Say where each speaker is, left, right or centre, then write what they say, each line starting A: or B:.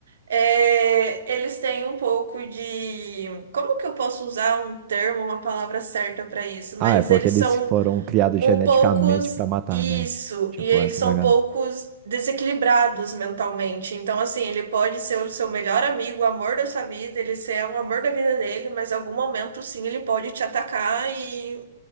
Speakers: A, on the right; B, on the right.
A: É, Eles têm um pouco de. Como que eu posso usar um termo, uma palavra certa para isso?
B: Ah,
A: Mas
B: é porque
A: eles
B: eles
A: são
B: foram criados
A: um
B: geneticamente
A: poucos
B: pra matar,
A: isso,
B: né? Tipo,
A: e eles
B: essa
A: são
B: pegada.
A: poucos desequilibrados mentalmente. Então, assim, ele pode ser o seu melhor amigo, o amor da sua vida, ele ser o amor da vida dele, mas em algum momento, sim, ele pode te atacar e,